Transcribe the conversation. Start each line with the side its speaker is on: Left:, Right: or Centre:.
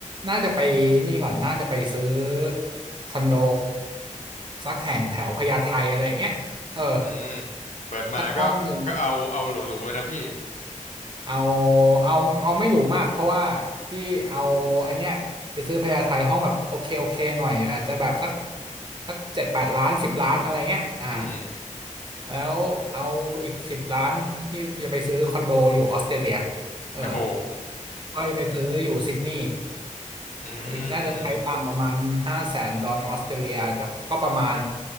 Right: น่าจะไปนี่ก่อนน่าจะไปซื้อคอนโดสักแห่งแถวพญาไทอะไรอย่างเงี้ยเออ
Left: อืมเปิดมาก็ก็เอาเอาหรูๆเลยนะพี่
Right: สักห้องหนึ่ง เอาเอาเอาไม่หรูมากเพราะว่าพี่เอาไอเนี้ยไปซื้อพญาไทห้องแบบโอเคโอเคหน่อยอาจจะแบบสักสักเจ็ดแปดล้านสิบล้านอะไรเงี้ยอ่า
Left: อืม
Right: แล้วเอาอีกสิบล้านพี่จะไปซื้อคอนโดอยู่ออสเตรเลียเออ
Left: โอ้โห
Right: ก็จะไปซื้ออยู่ซิดนีย์
Left: อืมอืม
Right: อีกน่าจะใช้ตังค์ประมาณห้าแสนดอลออสเตรเลียอาจจะก็ประมาณ